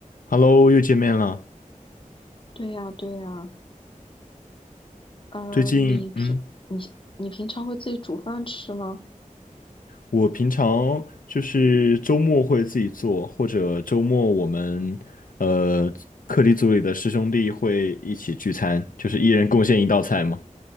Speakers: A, on the left; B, on the left.
A: Hello，又见面了。
B: 对呀，对呀，嗯，
A: 最近，
B: 你平你你平常会自己煮饭吃吗？
A: 嗯，我平常就是周末会自己做，或者周末我们呃课题组里的师兄弟会一起聚餐，就是一人贡献一道菜嘛。